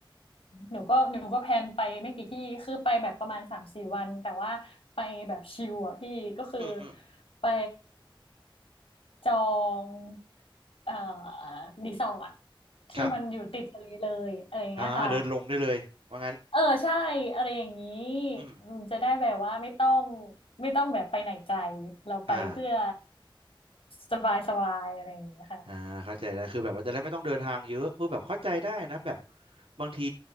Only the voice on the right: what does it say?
อืมอืม
ครับอ่าเดินลงได้เลยว่างั้น
อืม
อ่า
อ่าเข้าใจได้คือแบบว่าจะได้ไม่ต้องเดินทางเยอะพูดแบบเข้าใจได้นะแบบบางที